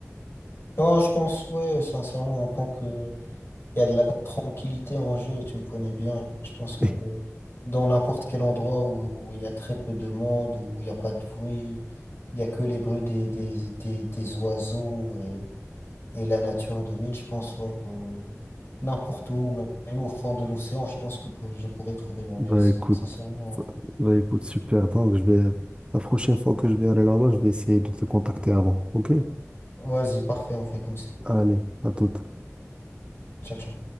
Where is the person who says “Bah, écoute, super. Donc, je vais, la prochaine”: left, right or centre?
Right